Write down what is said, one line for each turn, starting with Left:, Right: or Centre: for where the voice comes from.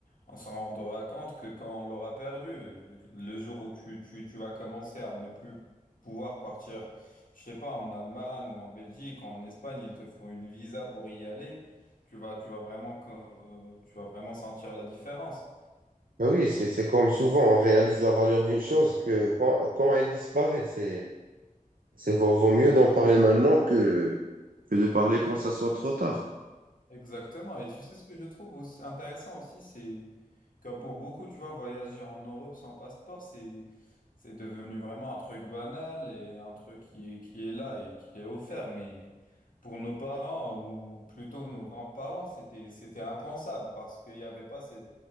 Left: on s'en rendra compte que quand on l'aura perdu, euh, le jour où tu, tu, tu vas commencer à ne plus pouvoir partir, je sais pas, en Allemagne ou en Belgique, ou en Espagne, il te faut une visa pour y aller, tu vas, tu vas vraiment, co- euh, tu vas vraiment sentir la différence.
Right: Ben oui, c'est, c'est comme souvent, on réalise la valeur d'une chose que quand, quand elle disparaît, c'est, c'est vaut, vaut mieux d'en parler maintenant que, que de parler quand ça soit trop tard.
Left: Exactement. Et tu sais ce que je trouve aussi intéressant aussi, c'est que pour beaucoup, tu vois, voyager en Europe sans passeport, c'est c'est devenu vraiment un truc banal et un truc qui est, qui est là et qui est offert. Mais pour nos parents ou plutôt nos grands-parents, c'était c'était impensable parce qu'il n'y avait pas ces-